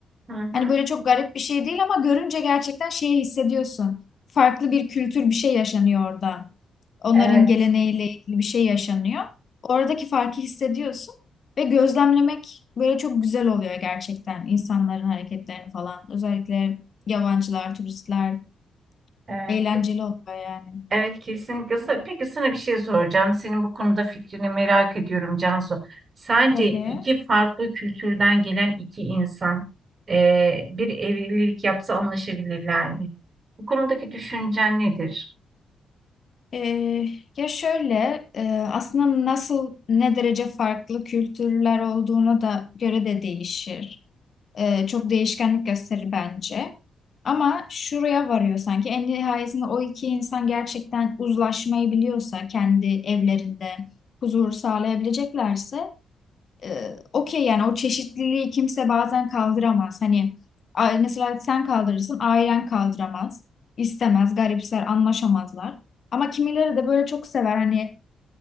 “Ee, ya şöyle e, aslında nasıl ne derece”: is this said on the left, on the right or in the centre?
Left